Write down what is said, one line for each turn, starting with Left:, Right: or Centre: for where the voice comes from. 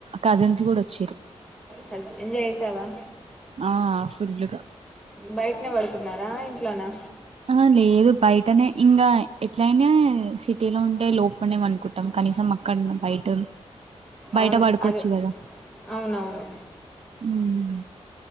Right: కజిన్స్ గూడ వచ్చిర్రు.
Centre: కజిన్స్ ఎంజాయ్ చేసావా.
Right: ఆ ఫుల్లూ గా
Centre: బయట్నే పడుకున్నారా ఇంట్లోనా
Right: అహా లేదు బయటనే ఇంగా ఎట్లైయినా సిటీలో ఉంటే లోపడ్నే పన్కుంటం క కనీసం అక్కడనన్న బయటోళ్ బయట
Centre: అవును
Right: పడుకోవచ్చు
Centre: అది
Right: గదా
Centre: అవునవును
Right: హ్ము